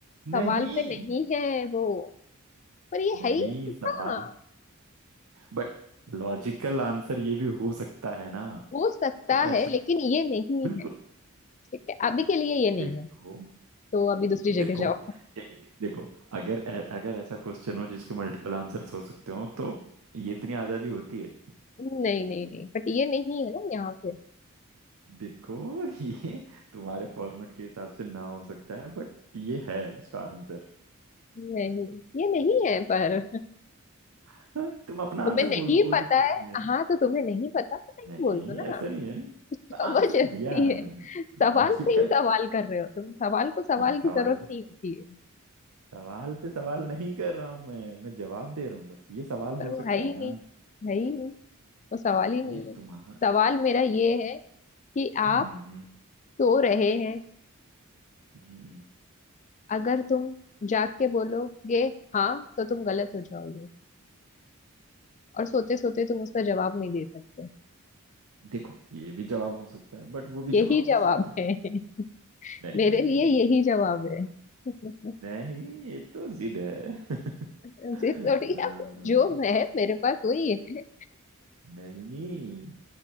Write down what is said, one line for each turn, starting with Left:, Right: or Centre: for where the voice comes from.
Right: नहीं
Left: सवाल पे नहीं है वो पर ये
Right: नहीं
Left: है ही
Right: सवाल
Left: हाँ
Right: बट लॉजिकल आंसर ये भी हो सकता है ना
Left: हो सकता
Right: तो ऐसा
Left: है लेकिन ये नहीं
Right: बिल्कुल
Left: है ठीक है अभी के लिए ये नहीं
Right: देखो
Left: है तो अभी दूसरी जगह
Right: देखो
Left: जाओ
Right: एक देखो अगर ऐ- अगर ऐसा क्वेश्चन हो जिसके मल्टीपल आंसर्स हो सकते हो तो ये इतनी आजादी होती है
Left: नहीं नहीं नहीं बट ये नहीं है ना यहाँ पे
Right: देखो <laughs> ये तुम्हारे फॉर्मेट के हिसाब से ना हो सकता है बट ये है उसका आंसर
Left: नहीं ये नहीं है पर
Right: <laughs> हाँ, तुम अपना
Left: तुम्हें
Right: आंसर
Left: नहीं
Right: बोल दो कोई
Left: पता
Right: दिक्कत
Left: है
Right: नहीं है
Left: हाँ तो तुम्हें नहीं पता तो नहीं
Right: नहीं
Left: बोल दो
Right: ऐसा
Left: ना
Right: नहीं है
Left: जबरदस्ती
Right: आंसर दिया है ना
Left: है
Right: मैंने
Left: सवाल
Right: लॉजिकल
Left: पे ही सवाल कर रहे हो तुम सवाल को सवाल
Right: नहीं
Left: की
Right: सवाल
Left: जरूरत
Right: पे
Left: नहीं होती है
Right: सवाल पे सवाल नहीं कर रहा हूँ मैं मैं जवाब दे रहा हूँ बस ये सवाल
Left: पर
Right: हो
Left: वो
Right: सकता
Left: है ही
Right: है ना
Left: नहीं है ही नहीं वो सवाल ही
Right: ये
Left: नहीं है
Right: तुम्हारा
Left: सवाल मेरा ये है कि आप
Right: हम्म
Left: सो रहे हैं
Right: हम्म
Left: अगर तुम जाग के बोलोगे हाँ तो तुम गलत हो जाओगे और सोते सोते तुम उसका जवाब नहीं दे सकते
Right: देखो ये भी जवाब हो सकता है बट वो भी
Left: यही
Right: जवाब
Left: जवाब
Right: हो सकता है
Left: है
Right: नहीं
Left: मेरे
Right: नहीं नहीं
Left: लिए
Right: नहीं
Left: यही
Right: नहीं
Left: जवाब है <laughs>
Right: नहीं नहीं, ये तो जिद है <laughs>
Left: जी
Right: अ,
Left: थोड़ी आप जो है मेरे पास वही है
Right: नहीं